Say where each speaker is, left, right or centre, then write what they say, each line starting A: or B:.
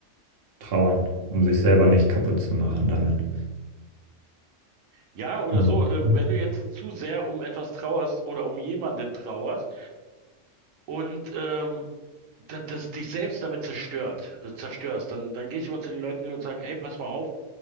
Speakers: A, on the right; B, on the right.
A: trauern, um sich selber nicht kaputt zu machen damit.
B: Ja, oder
A: Und
B: so, ähm,
A: ja,
B: wenn du jetzt zu sehr um etwas trauerst oder um jemanden trauerst und ähm, das, das dich selbst damit zerstört, äh, zerstörst, dann, dann gehe ich immer zu den Leuten hin und sage, ey, pass mal auf,